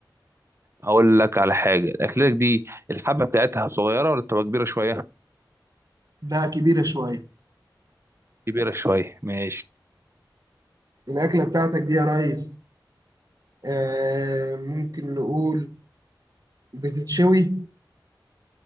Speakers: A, on the right; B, on the right.
A: هقول لك على حاجة اكلتك دي الحبة بتاعتها صغيرة ولا بتبقى كبيرة شوية
B: ده كبيرة شوية
A: كبيرة شوية ماشي
B: الأكلة بتاعتك دي يا ريس آه ممكن نقول بتتشوي؟